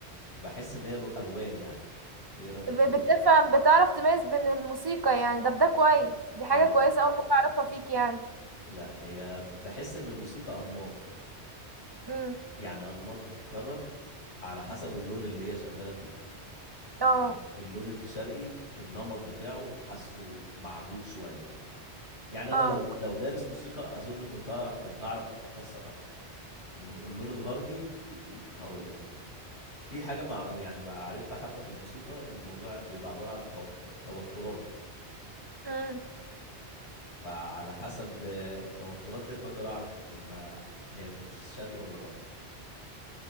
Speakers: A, on the left (about 70°); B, on the right (about 20°).
A: بحس ان هي له الوان يعني إنت ايه رايك
B: ب-
A: في الموضوع
B: بتفهم
A: ده
B: بتعرف تميز بين الموسيقى يعني ده بده كويس دي حاجة
A: اه
B: كويسة اول مرة اعرفها فيك يعني
A: لا هي ب- بحس ان الموسيقى انماط
B: امم
A: يعني انماط بتتكرر على حسب اللون اللي هي شغاله فيه
B: اه
A: يعني اللون الشرقي النمط بتاعه حاسه معهود شويه يعني انا
B: اه
A: لو لو دارس موسيقى اظن كنت هقرا كنت هعرف افسر اكتر الل- اللون الغربي هقول لك في حاجه مع يعني معرفه حبه في الموسيقى الموضوع بيبقى عباره عن تو- توترات
B: مم.
A: فعلى حسب آه، التوترات ديت بقدر اعرف هما هي مش شرقي ولا غربي